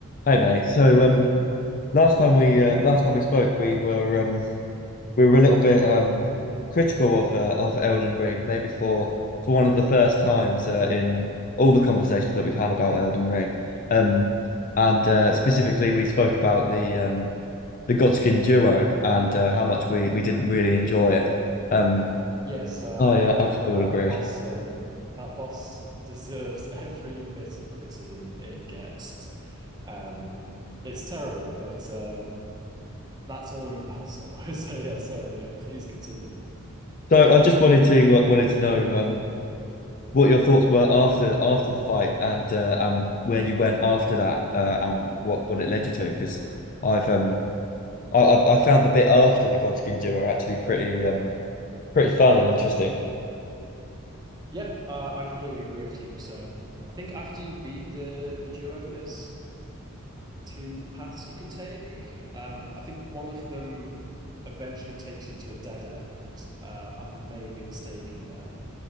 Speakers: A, on the left; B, on the right.
A: Hey mate, so um, last time we uh, last time we spoke, we were um, we were a little bit um, critical of uh, of Elden Ring, maybe for for one of the first times uh, in all the conversations that we've had about Elden Ring, um, and uh, specifically we spoke about the um, the Godskin duo and uh, how much we, we didn't really enjoy it. Um,
B: Yes, uh,
A: oh
B: I think
A: yeah, I'm sure
B: that
A: you'll agree.
B: boss uh, that boss deserves <laughs> every bit of criticism it gets. Um, it's terrible, but um, that's all in the past now. <laughs> So yeah, sorry. Yeah, please continue.
A: So I just wanted to uh, wanted to know um, what your thoughts were after after the fight and uh, um where you went after that uh, and what what it led you to because I've um I I- found the bit after the Godskin duo actually pretty um pretty fun and interesting.
B: Yeah, uh, I completely agree with you. So I think after you beat the the duo, there's two paths you can take. Um, I think one of them eventually takes you to a dead end. Uh, I may be mistaken there.